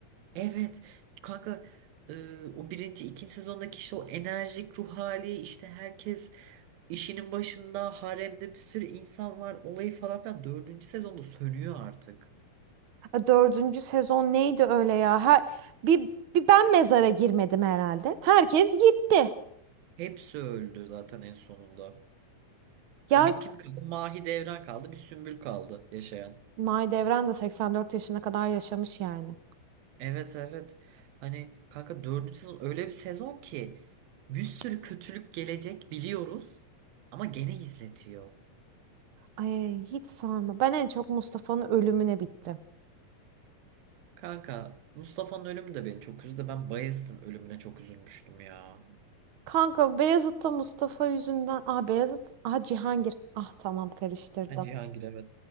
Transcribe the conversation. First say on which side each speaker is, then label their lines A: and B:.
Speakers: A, on the right (about 85°); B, on the right (about 65°).
A: Evet. Kanka e, o birinci, ikinci sezondaki işte o enerjik ruh hali işte herkes işinin başında haremde bir sürü insan var olayı falan filan. Dördüncü sezonda sönüyor artık.
B: Ha, Dördüncü sezon neydi öyle ya? Her, bir, bir ben mezara girmedim herhalde. Herkes gitti.
A: Hepsi öldü zaten en sonunda.
B: Ya
A: E bir kim kaldı? Mahidevran kaldı. Bir Sümbül kaldı yaşayan.
B: Mahidevran da 84 yaşına kadar yaşamış yani.
A: Evet evet. Hani kanka dördüncü sezon öyle bir sezon ki bir sürü kötülük gelecek biliyoruz ama gene izletiyor.
B: Ay hiç sorma. Ben en çok Mustafa'nın ölümüne bittim.
A: Kanka Mustafa'nın ölümü de beni çok üzdü. Ben Bayezid'in ölümüne çok üzülmüştüm ya.
B: Kanka Beyazıt'ta Mustafa yüzünden. Aa Beyazıt. Aa Cihangir. Ah tamam karıştırdım.
A: Ha, Cihangir evet.